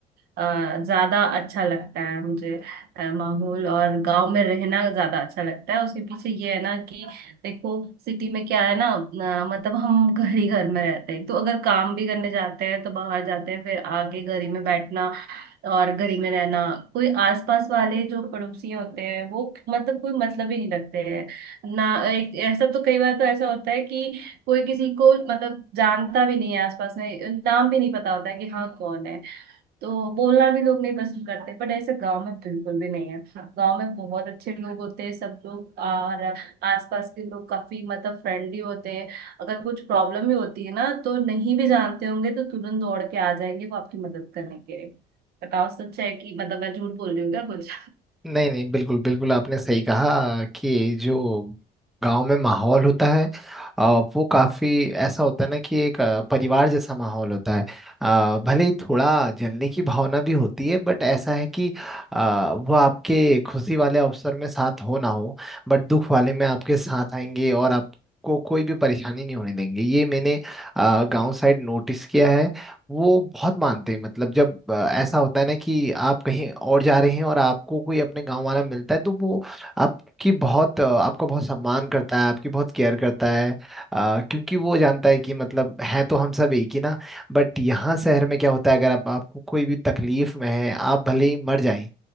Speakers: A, on the right (about 70°); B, in the centre.
A: अ, ज्यादा अच्छा लगता है मुझे अ, माहौल और गांव में रहना ज्यादा अच्छा लगता है उसके पीछे ये है ना कि देखो सिटी में क्या है ना अ, मतलब हम घर ही घर में रहते हैं तो अगर काम भी करने जाते हैं तो बाहर जाते हैं फिर आके घर ही में बैठना और घर ही में रहना कोई आसपास वाले जो पड़ोसी होते हैं वो मतलब कोई मतलब ही नहीं रखते हैं ना एक ऐसा तो कई बार तो ऐसा होता है कि कोई किसी को मतलब जानता भी नहीं है आसपास में नाम भी नहीं पता होता है कि हाँ कौन है तो बोलना भी लोग नहीं पसंद करते बट ऐसे गांव में बिल्कुल भी नहीं है गांव में बहुत अच्छे लोग होते हैं सब लोग और आसपास के लोग काफी मतलब फ्रेंडली होते हैं अगर कुछ प्रॉब्लम भी होती है ना तो नहीं भी जानते होंगे तो तुरंत दौड़ के आ जाएंगे वो आपकी मदद करने के लिए बताओ सच है कि मतलब मैं झूठ बोल रही हूँ क्या कुछ
B: नहीं नहीं बिल्कुल बिल्कुल आपने सही कहा कि जो गांव में माहौल होता है अ, वो काफी ऐसा होता है ना कि एक अ, परिवार जैसा माहौल होता है अ, भले ही थोड़ा जलने की भावना भी होती है बट ऐसा है कि अ, वो आपके खुशी वाले अवसर में साथ हो ना हो बट दुख वाले में आपके साथ आएंगे और आपको कोई भी परेशानी नहीं होने देंगे ये मैंने अ, गांव साइड नोटिस किया है वो बहुत मानते हैं मतलब जब अ, ऐसा होता है ना कि आप कहीं और जा रहे हैं और आपको कोई अपने गांव वाला मिलता है तो वो आपकी बहुत अ, आपका बहुत सम्मान करता है आपकी बहुत केयर करता है अ, क्योंकि वो जानता है कि मतलब है तो हम सब एक ही ना बट यहाँ शहर में क्या होता है अगर आप आपको कोई भी तकलीफ में है आप भले ही मर जाएं